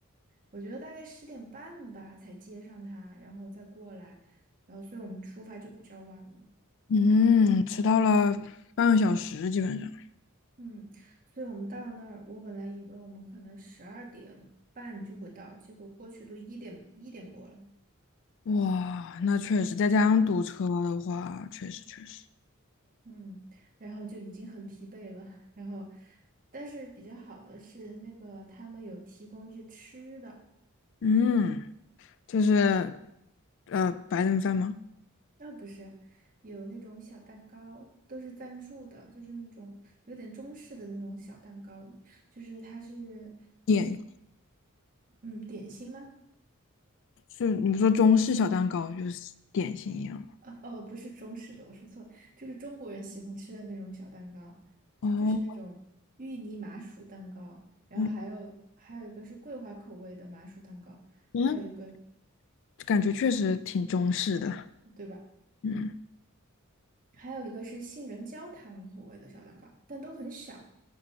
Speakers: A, on the right (about 40°); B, on the left (about 60°).
A: 我觉得大概十点半吧才接上他，然后再过来，然后所以我们出发就比较晚了。
B: 嗯，迟到了半个小时，基本上。
A: 嗯，所以我们到那儿，我本来以为我们可能十二点半就会到，结果过去都一点一点过了。
B: 哇，那确实，再加上堵车的话，确实确实。
A: 嗯，然后就已经很疲惫了。<laughs> 然后，但是比较好的是那个他们有提供一些吃的，
B: 嗯，就是呃，白人饭吗？
A: 啊、不是，有那种小蛋糕，都是赞助的，就是那种有点中式的那种小蛋糕。就是它是
B: 点
A: 嗯，点心吗？
B: 是你说中式小蛋糕就是点心一样吗？
A: 哦哦，不是中式的，我说错了，就是中国人喜欢吃的那种小蛋糕，
B: 哦，
A: 就是那种芋泥麻薯蛋糕，然后还有还有一个是桂花口味的麻薯蛋糕，
B: 嗯，那
A: 还有一个，
B: 感觉确实挺中式的。
A: 对吧？
B: 嗯。
A: 还有一个是杏仁焦糖口味的小蛋糕，但都很小。